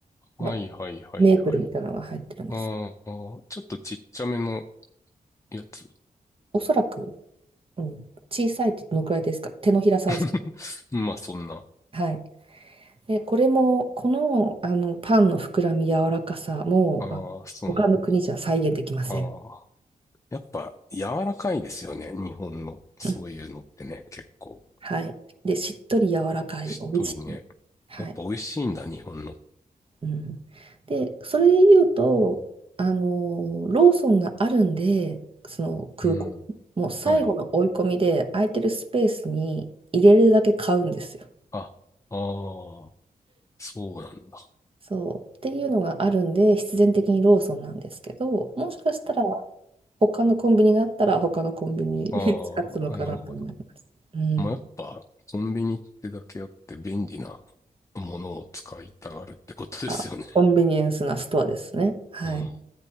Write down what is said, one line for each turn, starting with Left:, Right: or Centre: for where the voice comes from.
Left: はいはいはいはい。
Right: ま、メープルみたいなのが入ってるんです
Left: ああ、ちょっとちっちゃめのやつ。
Right: おそらくうん、小さいってどのくらいですか手のひらサイズ。
Left: <laughs> まあそんな。
Right: はい。で、これも、この、あのパンの膨らみ、柔らかさも、
Left: ああ、
Right: あ他の国じゃ再現できません。
Left: そうなんだ。ああ。やっぱ柔らかいですよね。日本のそういうのってね。
Right: うん
Left: 結構
Right: はい。で、しっとり柔らかい、
Left: しっとりね。
Right: 美味しい。はい。
Left: やっぱ美味しいんだ、日本の。
Right: うん、で、それで言うと、あの、ローソンがあるんで、その空港、
Left: うん。
Right: もう最後の追い込みで、
Left: はい。
Right: 空いてるスペースに入れるだけ買うんですよ。
Left: あ、ああ、そうなんだ。
Right: そうっていうのがあるんで必然的にローソンなんですけどもしかしたら他のコンビニがあったら他のコンビニ
Left: あ
Right: <laughs> 使ったのかなと思います。
Left: あ、なるほど。
Right: うん。
Left: まあ、やっぱコンビニってだけあって便利なものを使いたがるってことですよね。
Right: あ、コンビニエンスなストアですね。はい。
Left: うん。